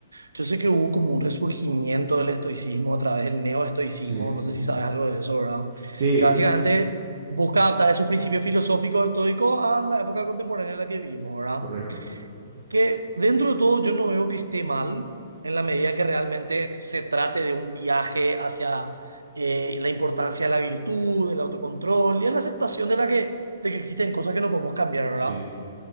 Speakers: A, on the right; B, on the right.
A: yo sé que hubo como un resurgimiento del estoicismo a través del neoestoicismo,
B: Sí,
A: no sé si sabes algo de eso, ¿verdad?
B: Sí,
A: Que básicamente busca adaptar esos principios filosóficos estoicos a la época contemporánea en la que vivimos, ¿verdad?
B: correcto.
A: Que dentro de todo yo no veo que esté mal en la medida que realmente se trate de un viaje hacia eh, la importancia de la virtud, del autocontrol y a la aceptación de la que, de que existen cosas que no podemos cambiar,
B: Sí.
A: ¿verdad?